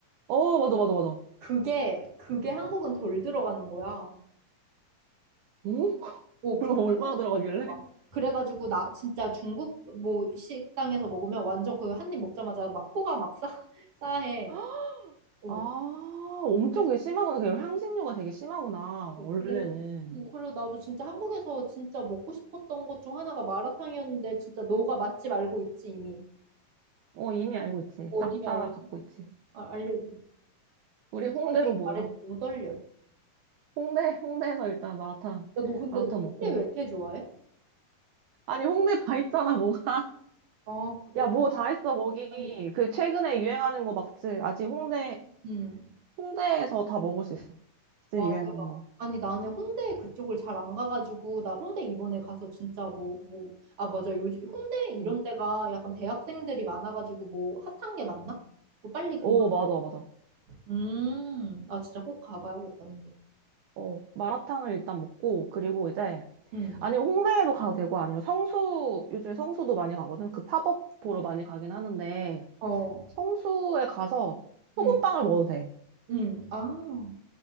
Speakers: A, on the right; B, on the right.
A: 어, 맞아, 맞아, 맞아. 어?
B: 그게 그게 한국은 덜 들어가는 거야.
A: <laughs>
B: 오,
A: 그럼
B: 그게
A: 얼마나
B: 한국은
A: 들어가길래?
B: 덜 들어가. 그래가지고 나 진짜 중국 뭐 식당에서 먹으면 완전 그 한 입 먹자마자 막 코가 막 싸, <laughs> 싸해.
A: <gasps>
B: 오.
A: 아, 엄청
B: 그래서
A: 그게 심하구나. 그럼 향신료가 되게 심하구나. 원래는.
B: 그래서 오, 그리고 나도 진짜 한국에서 진짜 먹고 싶었던 것 중 하나가 마라탕이었는데 진짜 너가 맛집 알고 있지 이미.
A: 어, 이미 알고 있지.
B: 어디야,
A: 싹 다
B: 어디야.
A: 갖고 있지.
B: 아, 알려줘.
A: 우리
B: 더
A: 홍대로
B: 자세히
A: 모여.
B: 말해줘. 너무 떨려. 야,
A: 홍대, 홍대에서 일단 마라탕,
B: 너 근데
A: 마라탕
B: 너 홍대
A: 먹고.
B: 왜 이렇게 좋아해?
A: 아니, 홍대 다 있잖아, 뭐가.
B: 아,
A: <laughs>
B: 그래?
A: 야, 뭐 다 했어, 거기.
B: 아니,
A: 그 최근에 유행하는 거 막지. 아직 홍대,
B: 음.
A: 홍대에서 다 먹을 수 있어. 지금
B: 와,
A: 유행하는
B: 대박.
A: 거.
B: 아니, 나는 홍대 그쪽을 잘 안 가가지고, 나 홍대 이번에 가서 진짜 뭐, 뭐, 아, 맞아. 요즘 홍대 이런
A: 응.
B: 데가 약간 대학생들이 많아가지고, 뭐, 핫한 게 맞나? 뭐, 빨리 금,
A: 오, 맞아, 맞아.
B: 음, 아, 진짜 꼭 가봐야겠다, 근데.
A: 어, 마라탕을 일단 먹고, 그리고 이제,
B: 음,
A: 아니면 홍대에도 가도 되고, 아니면 성수, 요즘에 성수도 많이 가거든. 그 팝업 보러 많이 가긴 하는데,
B: 어,
A: 성수에 가서 소금빵을
B: 음,
A: 먹어도 돼.
B: 음, 아,